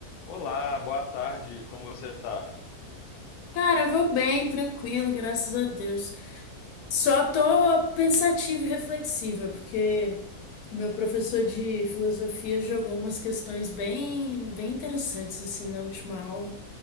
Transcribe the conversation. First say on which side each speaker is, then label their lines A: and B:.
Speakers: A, on the left; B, on the left.
A: Olá, boa tarde, como você tá?
B: Cara, eu vou bem, tranquilo, graças a Deus. Só tô pensativa e reflexiva, porque meu professor de filosofia jogou umas questões bem, bem interessantes assim na última aula.